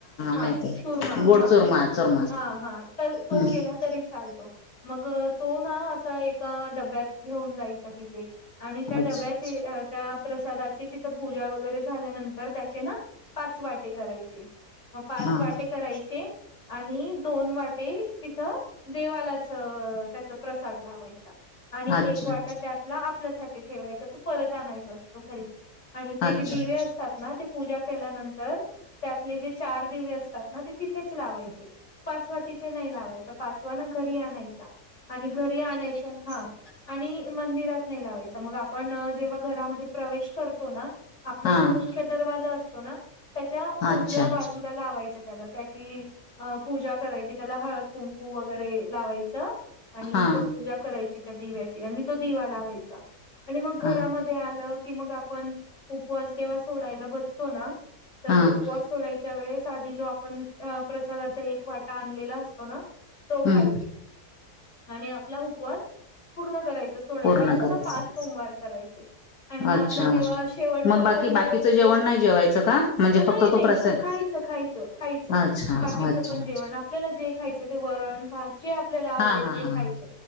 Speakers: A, on the left (about 45°); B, on the left (about 60°).
A: हा
B: माहिती आहे
A: चुरमा
B: गोड
A: हा.
B: चुरमा चुरमा
A: हा हा. तर तो
B: हम्म
A: केला तरी चालतो. मग तो ना असा एका डब्यात घेऊन जायचा तिथे आणि त्या
B: अच्छा
A: डब्या ची, प्रसादाची तिथ पूजा वगैरे झाल्यानंतर त्याचे ना पाच वाटे करायचे, म पाच
B: हा
A: वाटे करायचे आणि दोन वाटे तिथं देवालाच अ त्याचा प्रसाद लावायचा. आणि
B: अच्छा
A: एक वाटा त्यातला आपल्यासाठी ठेवायचा, तो परत आणायच असतो घरी. आणि ते
B: अच्छा
A: जे देवे असतात ना ते पूजा केल्यानंतर, त्यातले जे चार दिवे असतात ना, ते तिथेच लावायचे. पाचवा तिथे नाही लावायचा. पाचवा ना, घरी आणायचा. आणि घरी आणायचा हा आणि मंदिरात नाही लावायचं. मग आपण जेव्हा, घरामध्ये प्रवेश करतो ना आपला
B: हा
A: जो मुख्य दरवाजा असतो ना, त्याच्या उजव्या
B: अच्छा
A: बाजू जुला लावायचं त्याला. त्याची अ पूजा करायची. त्याला हळद कुंकू वगैरे लावायचं, आणि
B: हा
A: तो पूजा करायची दिव्याची. आणि तो दिवा लावायचा. आणि मग घरामध्ये
B: हा
A: आलं की, मग आप पण उपवास जेव्हा सोडायला बसतो ना, तर
B: हा
A: उपवास सोडायच्या वेळेस आधी जो आपण, प्रसादाचा एक वाटा आणलेला असतो ना तो
B: हम्
A: खायचा. <inaudible> आणि आपला उपवास पूर्ण करायचं सोडायचं.
B: पूर्ण
A: अशे
B: करायचं
A: ना पाच सोमवार करायचे. आणि मग
B: अच्छा
A: आपला जेव्हा शेवटचा
B: मग
A: सोमवार
B: बाकी
A: असतो, बाकीचं जेवण
B: जेवायचं
A: नाही केलं पाहिजे
B: का म्हणजे
A: ना? नाही,
B: फक्त
A: नाही,
B: तो प्रसाद
A: खायचं खायच. खायचं.
B: अच्छा
A: बाकीच
B: अच्छा
A: पण जेवण जेवण. आपल्याला जे खायचं ते वरण भात. जे आपल्याला आवडेल,
B: हा हा
A: ते
B: हा
A: खायचं.